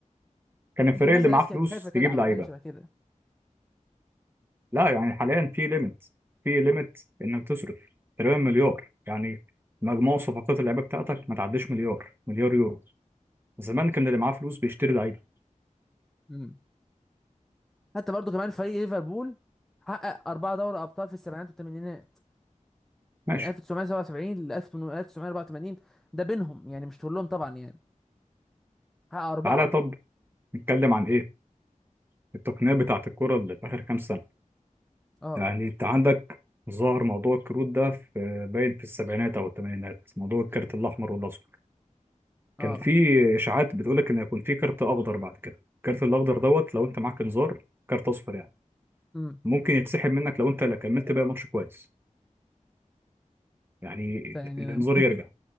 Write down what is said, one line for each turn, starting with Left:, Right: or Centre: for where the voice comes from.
Right: كان الفريق
Centre: يمكن مثلا
Right: اللي
Centre: الناس
Right: معاه فلوس
Centre: كانت خايفه تلعب
Right: تجيب لعيبه
Centre: او حاجه شبه كده
Right: لا يعني حاليا في ليميت في ليميت انك تصرف تقريبا مليار يعني مجموع صفقات اللعيبه بتاعتك ما تعديش مليار مليار يورو زمان كان اللي معاه فلوس بيشتري لعيبه
Centre: امم حتى برضه كمان فريق ليفربول حقق اربعه دوري ابطال في السبعينات والثمانينات
Right: ماشي
Centre: من 1977 ل 1984 ده بينهم يعني مش كلهم طبعا يعني ها أربعة
Right: تعالى طب نتكلم عن ايه التقنيه بتاعه الكره اللي في اخر كام سنه
Centre: اه
Right: يعني انت عندك ظهر موضوع الكروت ده في باين في السبعينات او الثمانينات موضوع الكارت الاحمر والاصفر
Centre: اه
Right: كان في اشاعات بتقول لك ان هيكون في كارت اخضر بعد كده الكارت الاخضر دوت لو انت معاك انذار كارت اصفر يعني
Centre: امم
Right: ممكن يتسحب منك لو انت لا كملت بقى ماتش كويس يعني
Centre: ده يعني
Right: الانذار
Centre: أنا
Right: يرجع